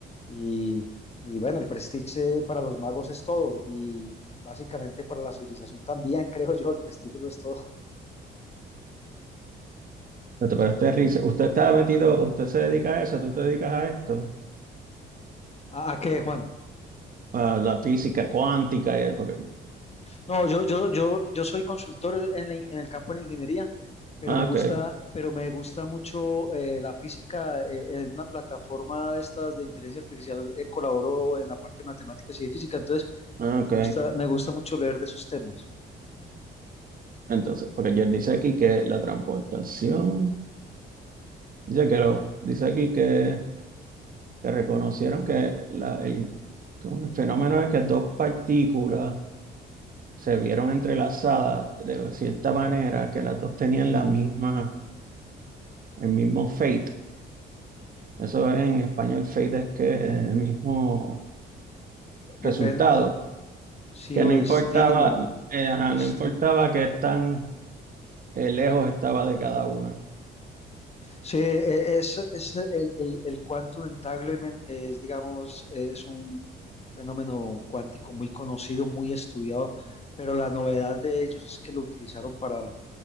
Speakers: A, on the left; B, on the right.
A: Y, y bueno, el prestige eh, para los magos es todo y básicamente para la civilización también, <laughs> creo yo, el prestigio lo es todo.
B: Espérate, Pero este risa, usted está metido, usted se dedica a eso, tú te dedicas a esto,
A: ¿A, a qué, Juan?
B: a la física cuántica y eso, porque-
A: No, yo, yo, yo, yo soy consultor en, la in- en el campo de la ingeniería, pero
B: ah,
A: me gusta,
B: ok,
A: pero me gusta mucho eh, la física. eh, en una plataforma de estas de inteligencia artificial eh, colaboro en la parte de matemáticas y de física, entonces
B: ah, ok.
A: me gusta, me gusta mucho leer de esos temas.
B: Entonces, porque yo dice aquí que la transportación, dice que lo- dice aquí que, que reconocieron que la- el, como el fenómeno es que dos partículas se vieron entrelazadas de cierta manera que las dos tenían la misma, el mismo fate. Eso es en español, fate es que el mismo resultado,
A: Depende, sí
B: que no
A: o
B: importaba,
A: destino,
B: eh,
A: mismo
B: ajá, no
A: destino.
B: importaba que tan eh, lejos estaba de cada una,
A: Sí, eh, es, es el, el, el quantum entanglement es, digamos, es un fenómeno cuántico muy conocido, muy estudiado, pero la novedad de ellos es que lo utilizaron para,